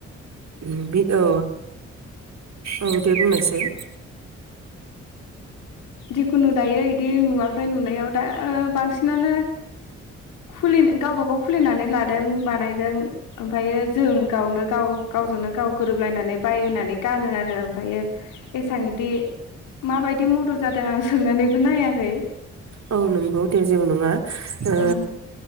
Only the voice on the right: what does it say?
उम बि औ औ दे बुंनोसै <inaudible>
औ नंगौ दे जेबो नङा ओ